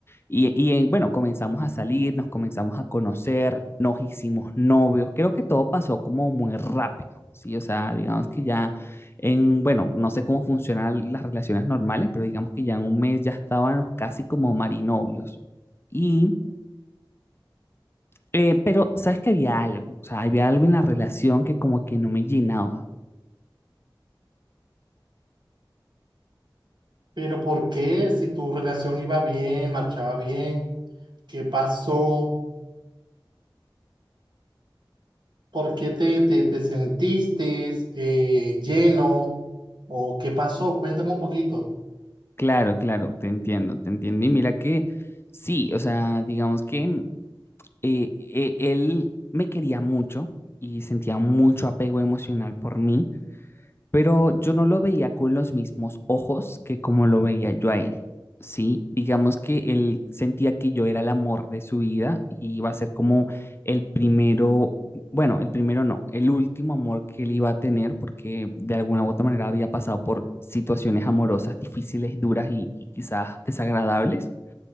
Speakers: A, on the left; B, on the right.
A: Y, y eh, bueno, comenzamos a salir, nos comenzamos a conocer, nos hicimos novios. Creo que todo pasó como muy rápido, ¿sí? O sea, digamos que ya en, bueno, no sé cómo funcionan las relaciones normales, pero digamos que ya en un mes ya estábamos casi como marinovios. Y, eh, pero, ¿sabes que había algo? O sea, había algo en la relación que como que no me llenaba.
B: Pero ¿por qué? Si tu relación iba bien, marchaba bien, ¿qué pasó? ¿Por qué te, te, te sentiste eh, lleno? ¿O qué pasó? Cuéntame un poquito.
A: Claro, claro, te entiendo, te entiendo. Y mira que sí, o sea, digamos que eh, eh, él me quería mucho y sentía mucho apego emocional por mí pero yo no lo veía con los mismos ojos que como lo veía yo a él, ¿sí? Digamos que él sentía que yo era el amor de su vida y iba a ser como el primero, bueno, el primero no, el último amor que él iba a tener porque de alguna u otra manera había pasado por situaciones amorosas difíciles, duras y, y quizás desagradables.